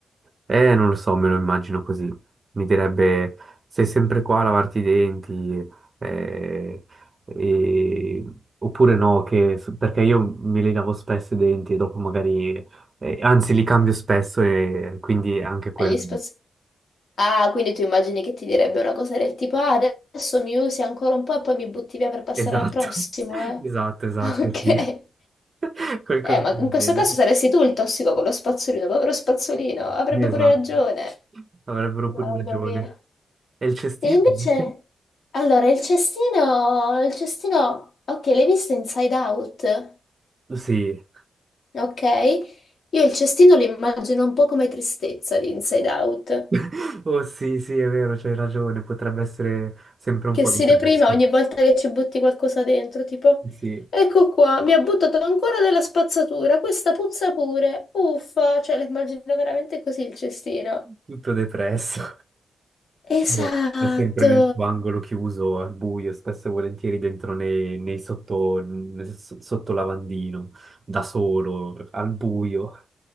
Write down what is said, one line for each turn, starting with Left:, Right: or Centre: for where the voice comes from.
Right: Eh, non lo so, me lo immagino così. Mi direbbe, sei sempre qua a lavarti i denti, eh, e- oppure no, che- perché io me li lavo spesso i denti e dopo magari, eh, anzi li cambio spesso e quindi anche quello.
Left: Gli spazi... Ah, quindi tu immagini che ti direbbe una cosa del tipo, ah, adesso mi usi ancora un po' e poi mi butti via per passare
Right: Esatto,
Left: al prossimo,
Right: <laughs>
Left: eh?
Right: esatto, esatto,
Left: <laughs> Ok.
Right: sì. <laughs> Qualcosa
Left: Eh, ma
Right: del
Left: in questo
Right: genere.
Left: caso saresti tu il tossico con lo spazzolino, povero spazzolino, avrebbe
Right: Esatto,
Left: pure ragione.
Right: avrebbero
Left: Mamma
Right: pure ragione.
Left: mia.
Right: E il cestino
Left: E invece,
Right: invece?
Left: allora, il cestino, il cestino, ok, l'hai visto Inside Out,
Right: Sì,
Left: ok? Io il cestino lo immagino un po' come tristezza di Inside Out,
Right: <laughs> Oh sì, sì, è vero, c'hai ragione, potrebbe essere sempre un
Left: che
Right: po'
Left: si
Right: depresso.
Left: deprime ogni volta che ci butti qualcosa dentro, tipo,
Right: Sì,
Left: ecco qua, mi ha buttato ancora della spazzatura, questa puzza pure, uffa, cioè lo immagino veramente così il cestino.
Right: tutto depresso.
Left: Esatto.
Right: Eh, È sempre nel tuo angolo chiuso, al buio, spesso e volentieri dentro nei, nei sotto, nel so- sotto lavandino, da solo, al buio.